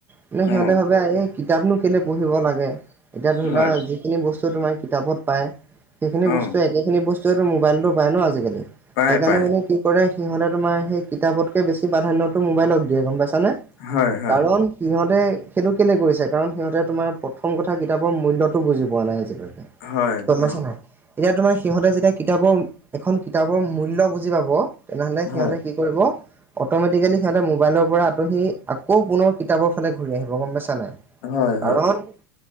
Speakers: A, on the right; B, on the left.
A: মানে
B: অ'
A: সিহঁতে ভাবে এই কিতাপনো কেলে পঢ়িব লাগে এতিয়া ধৰি
B: হয়
A: লোৱা যিখিনি বস্তু তোমাৰ কিতাপত পায় সেইখিনি
B: অ'
A: বস্তু একেখিনি বস্তুৱেতো মোবাইলতো পায় ন আজিকালি
B: পায়
A: সেইকাৰণে
B: পায়
A: মানে কি কৰে সিহঁতে তোমাৰ সেই কিতাপতকৈ বেছি প্ৰাধান্যটো মোবাইলক দিয়ে গ'ম পাইছানে
B: হয় হয়
A: কাৰণ সিহঁতে সেইটো কেলে গৈছে কাৰণ সিহঁতে তোমাৰ প্ৰথম কথা কিতাপৰ মূল্যটো বুজি পোৱা নাই আজিলৈকে
B: হয়
A: গ'ম পাইছা
B: অ'
A: নাই। এতিয়া তোমাৰ সিহঁতে যেতিয়া কিতাপৰ এখন কিতাপৰ মূল্য বুজি পাব তেনেহ'লে সিহঁতে
B: হয়
A: অটমেটিকেলি সিহঁতে মোবাইলৰ পৰা আঁতৰি আকৌ পুনৰ কিতাপৰ ফালে ঘূৰি আহিব গ'ম পাইছা নাই।
B: হয়
A: কাৰণ
B: হয়